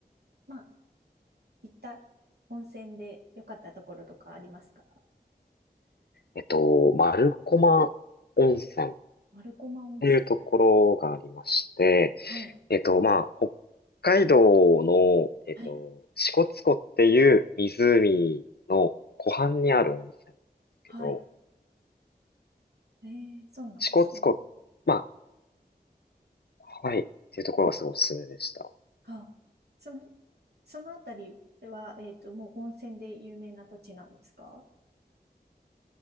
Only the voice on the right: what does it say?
まあ、行った温泉で良かったところとかありますか
丸駒温泉。
はい。
はい。
はい。えー、そうなんですね。
はあ。その、そのあたりは、えっと、もう温泉で有名な土地なんですか